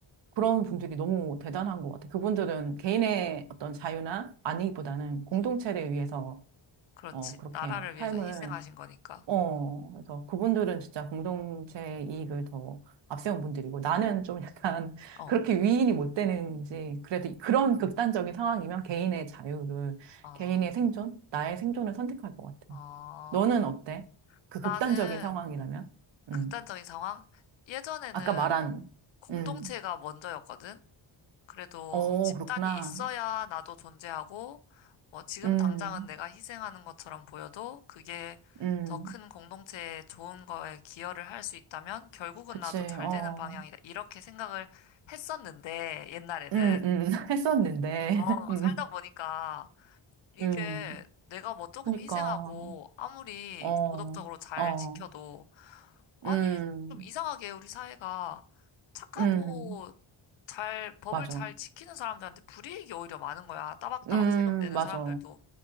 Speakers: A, on the right (about 65°); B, on the left (about 70°).
A: 그런 분들이 너무 대단한 것 같아. 그분들은 개인의 어떤 자유나 안위보다는 공동체를 위해서,
B: 그렇지.
A: 어, 그렇게
B: 나라를
A: 삶을
B: 위해서 희생하신 거니까.
A: 어, 그래서 그분들은 진짜 공동체 이익을 더 앞세운 분들이고 나는 좀 약간 <laughs>
B: 어,
A: 그렇게 위인이 못 되는지 그래도 그런 극단적인 상황이면 개인의 자유를,
B: 어,
A: 개인의 생존, 나의 생존을 선택할 것 같아.
B: 아,
A: 너는 어때? 그
B: 나는
A: 극단적인 상황이라면?
B: 극단적인
A: 음.
B: 상황? 예전에는
A: 아까 말한,
B: 공동체가
A: 음.
B: 먼저였거든? 그래도
A: 어,
B: 집단이
A: 그렇구나.
B: 있어야 나도 존재하고, 뭐 지금
A: 음,
B: 당장은 내가 희생하는 것처럼 보여도 그게
A: 음.
B: 더 큰 공동체에 좋은 거에 기여를 할 수 있다면 결국은
A: 그치,
B: 나도 잘
A: 어.
B: 되는 방향이다. 이렇게 생각을 했었는데, 옛날에는.
A: 음, 음. <laughs> 했었는데.
B: 어,
A: <laughs> 음,
B: 살다 보니까 이게
A: 음.
B: 내가 뭐 조금
A: 그니까,
B: 희생하고 아무리
A: 어.
B: 도덕적으로 잘
A: 어.
B: 지켜도 아니,
A: 음,
B: 좀 이상하게 우리 사회가 착하고
A: 음,
B: 잘, 법을
A: 맞아.
B: 잘 지키는 사람들한테 불이익이 오히려 많은 거야. 따박따박
A: 음,
B: 세금 내는
A: 맞아.
B: 사람들도